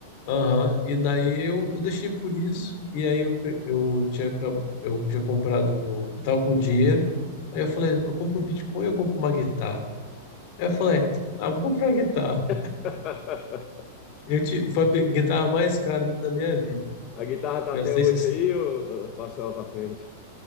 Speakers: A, on the left (about 50°); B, on the left (about 35°).
A: Aham, e daí eu, eu deixei por isso. E aí eu, pe- eu tinha acab- eu já comprado, eu tava com dinheiro. Aí eu falei, eu compro um Bitcoin ou eu compro uma guitarra? Aí eu falei, ah, vou comprar uma guitarra.
B: <laughs>
A: Eu te, foi a pe- guitarra mais cara da minha vida.
B: A guitarra tá
A: Gastei
B: até hoje
A: esses,
B: aí, ou eu passo ela pra frente?